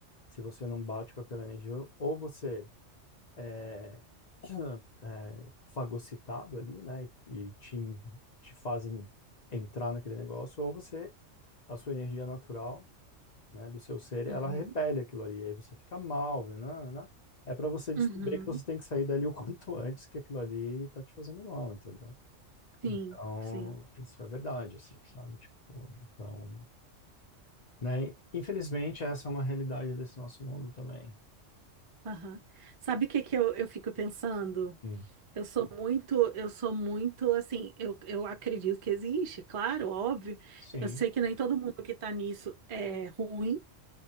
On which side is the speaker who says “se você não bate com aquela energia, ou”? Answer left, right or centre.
Left